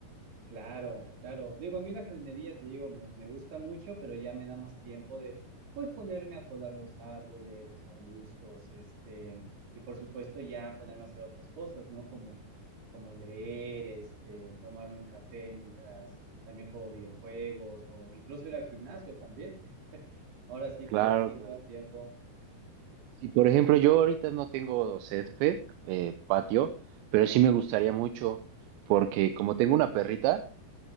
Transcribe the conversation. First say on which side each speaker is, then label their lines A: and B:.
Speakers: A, on the right; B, on the right.
A: Claro, claro. Digo, a mí la jardinería, te digo, me, me gusta mucho, pero ya me da más tiempo de, pues, ponerme a podar los árboles, los arbustos, este, y por supuesto ya ponerme a hacer otras cosas, ¿no? Como, como leer, este, tomarme un café mientras también juego videojuegos o incluso ir al gimnasio también. Ahora sí
B: Claro,
A: que el tiempo
B: claro.
A: es tiempo.
B: Sí, por ejemplo, yo ahorita no tengo césped, eh, patio, pero sí me gustaría mucho, porque como tengo una perrita,